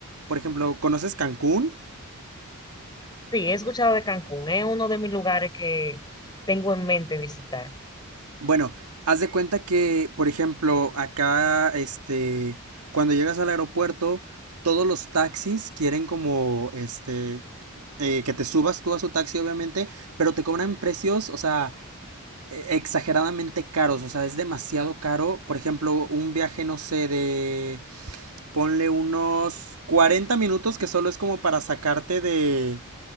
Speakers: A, on the right; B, on the left.
A: por ejemplo, ¿conoces Cancún?
B: Sí, he escuchado de Cancún, es uno de mis lugares que tengo en mente visitar.
A: Bueno, haz de cuenta que, por ejemplo, acá, este, cuando llegas al aeropuerto, todos los taxis quieren como, este, eh, que te subas tú a su taxi, obviamente, pero te cobran precios, o sea, e- exageradamente caros, o sea, es demasiado caro. Por ejemplo, un viaje, no sé, de, ponle unos 40 minutos, que solo es como para sacarte de,